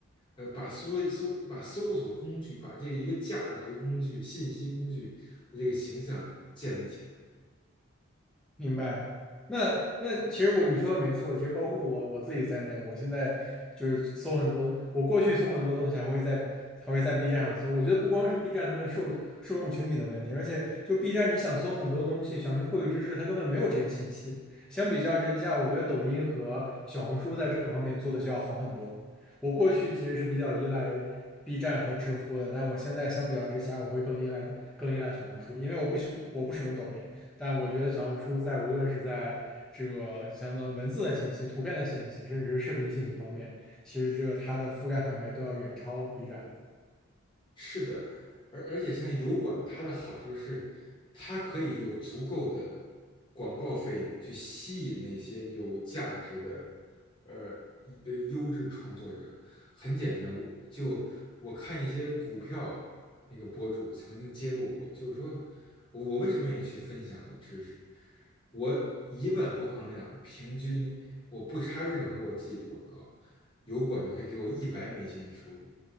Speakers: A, on the left; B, in the centre.
A: 呃，把搜搜把搜索工具，把这一个价值工具、信息工具的这个形象建立起来。
B: 明白。那那其实我你说的没错，其实包括我我自己在内，我现在就是搜很多，我过去搜很多东西还会在还会在 B 站上搜。我觉得不光是 B 站它的受受众群体的问题，而且就 B 站你想搜很多东西，想去获取知识，它根本没有这些信息。相比较之下，我觉得抖音和小红书在这方面做的就要好很多。我过去其实是比较依赖 B 站和知乎的，但我现在相比较之下，我会更依赖更依赖小红书，因为我不使我不使用抖音。但我觉得小红书在无论是在这个相当于文字的信息、图片的信息，甚至是视频信息方面，其实这个它的覆盖范围都要远超 B 站。
A: 是的，而而且像油管，它的好处是，它可以有足够的广告费用去吸引那些有价值的，呃呃优质创作者。很简单，我就我看一些股票那个博主曾经揭露过，就是说我我为什么愿意去分享我的知识？我一万播放量，平均我不插任何我自己的广告，油管就可以给我一百美金的收入，